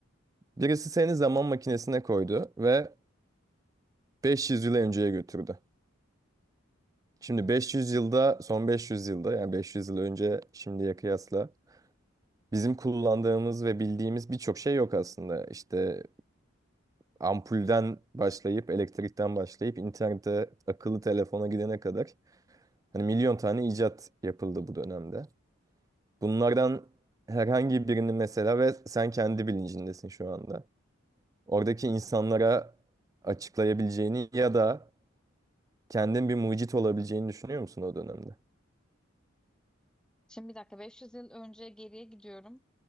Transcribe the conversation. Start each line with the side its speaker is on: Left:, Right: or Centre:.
Right: Birisi seni zaman makinesine koydu ve 500 yıl önceye götürdü. Şimdi 500 yılda, son 500 yılda yani 500 yıl önce şimdiye kıyasla bizim kullandığımız ve bildiğimiz birçok şey yok aslında. İşte ampulden başlayıp, elektrikten başlayıp, internete, akıllı telefona gidene kadar hani milyon tane icat yapıldı bu dönemde. Bunlardan herhangi birini mesela ve sen kendi bilincindesin şu anda. Oradaki insanlara açıklayabileceğini ya da kendin bir mucit olabileceğini düşünüyor musun o dönemde?
Centre: Şimdi bir dakika 500 yıl önce geriye gidiyorum.